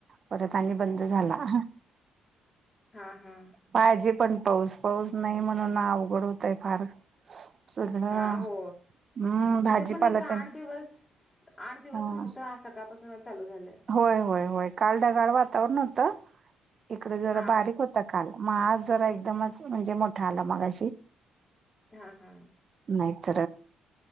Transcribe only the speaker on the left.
हां हां
हा हो
तिथे पण एक आठ
दिवस आठ दिवस
नव्हतं आज सकाळपासून चालू झालं
हां
हा हा